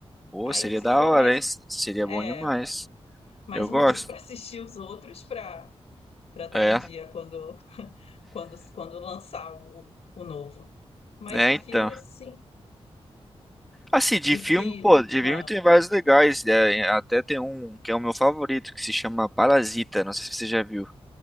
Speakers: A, in the centre; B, on the left (about 80°).
A: pô,
B: Aí,
A: seria
B: se
A: da
B: for
A: hora,
B: mais,
A: hein? S- Seria
B: é,
A: bom demais.
B: mais
A: Eu gosto.
B: um motivo para assistir os outros para para estar
A: É,
B: em dia quando quando, quando lançar o, o novo. Mas
A: é
B: de
A: então.
B: filme, assim,
A: Assim,
B: de
A: de filme,
B: filme,
A: pô, de
B: ah,
A: filme tem vários legais. né? até tem um que é o meu favorito, que se chama Parasita. Não sei se você já viu.